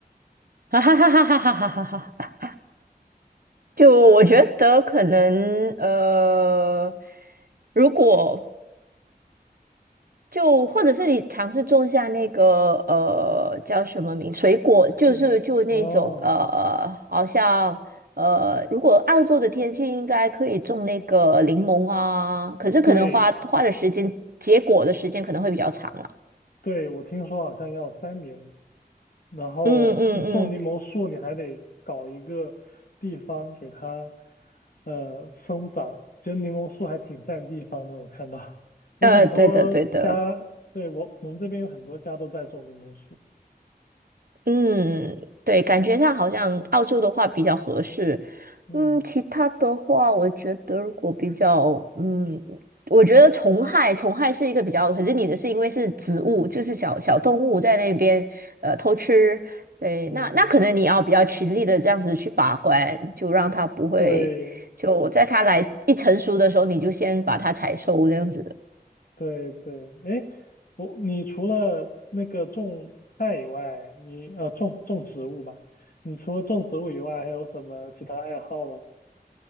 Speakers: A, on the right (about 65°); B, on the left (about 65°).
A: <laughs> 哈哈哈哈哈哈哈哈哈！就我觉得可能呃，如果就或者是你尝试种下那个呃叫什么名水果，就是就那种呃好像呃，
B: 室内哦，
A: 如果澳洲的天气应该可以种那个柠檬啊，可是可能花花的时间结果的时间可能会比较长了。
B: 对，对，我听说好像要三年，然后你种柠檬树，
A: 嗯嗯嗯，
B: 你还得搞一个地方给它呃生长。其实柠檬树还挺占地方的，我看到有很多家，
A: 呃，对的对的。
B: 对，我我们这边有很多家都在种柠檬树。
A: 嗯，对，感觉上好像澳洲的话比较合适。
B: 嗯
A: 嗯，其他的话，我觉得如果比较，嗯，我觉得虫害，虫害是一个比较，可是你的是因为是植物，就是小小动物在那边呃偷吃，对，
B: 嗯，
A: 那那可能你要比较勤力的这样子去把关，就让它不会，
B: 对
A: 就在它来一成熟的时候，你就先把它采收这样子的。
B: 对对，哎，我你除了那个种菜以外，你呃种种植物吧，你除了种植物以外，还有什么其他爱好吗？